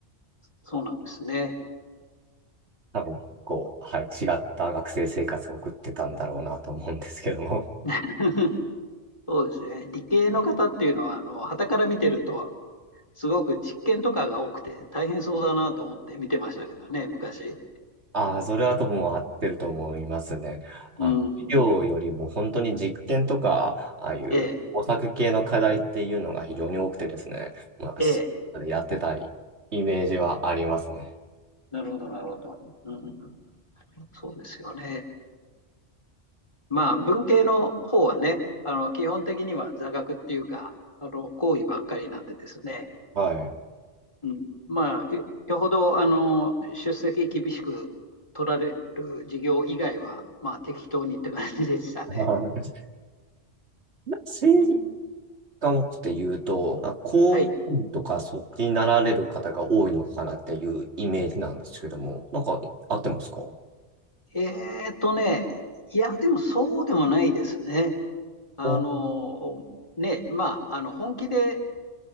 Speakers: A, on the left; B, on the right.
A: そうなんですね。
B: 多分こう、はい、違った学生生活を送ってたんだろうなと思うんですけども。
A: <laughs> そうですね。理系の方っていうのは、あの、傍から見てると、すごく実験とかが多くて大変そうだなと思って見てましたけどね、昔。
B: ああ、それはとも合ってると思いますね。あの、
A: うん。
B: 医療よりも本当に実験とか、ああいう工作系の課題っていうのが非常に多くてですね、
A: ええ、
B: もうなんかしやってたいイメージはありますね。
A: ええ。なるほど、なるほど。うん。そうですよね。まあ、文系の方はね、あの、基本的には座学っていうか、あの、講義ばっかりなんでですね、
B: はい。
A: うん。まあ、よよほど、あの、出席厳しく取られる授業以外は、まあ、適当にって感じでしたね。
B: <laughs> 政治
A: うん。
B: 家もって言うと、あ公務員とかそっちになられる方が多いのかなっていうイメージなんですけども、
A: はい。
B: なんか合ってますか
A: えーっとね、いや、でもそうでもないですね。あの、
B: お、
A: ね、まあ、あの、本気で